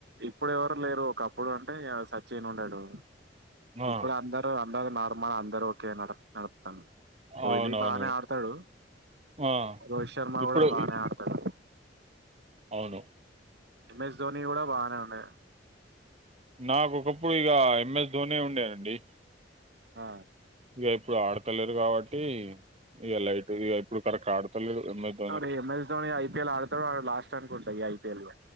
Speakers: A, on the right; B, on the right.
A: ఇప్పుడు ఎవరు లేరు ఒకప్పుడు అంటే సచిన్ ఉండడు
B: ఆ,
A: ఇప్పుడు అందరు అందరు నార్ మా అందరు ఓకే నాడ్ నాడ్ తను కోహ్లీ
B: అవునవును
A: బానే ఆడతాడు.
B: ఆ,
A: రోహిత్ శర్మ
B: ఇప్పుడు
A: కూడా బానే
B: ఇ-
A: ఆడతాడు.
B: అవును
A: ఎం ఎస్ ధోని కూడా బానే ఉన్నె
B: నాక ఒకప్పుడు ఇగా ఎంఎస్ ధోని ఉండే అండి
A: ఆ
B: ఇక ఇప్పుడు ఆడతలేరు కాబట్టి ఇక లైట్ ఇగ ఇప్పుడు కరెక్ ఆడతలేడు. ఎమ్ ఎస్ దోని
A: అరే ఎంఎస్ ధోని ఐపీఎల్ ఆడతాడు ఆడు లాస్ట్ అనుకుంటా ఈ ఐపీఎల్ లో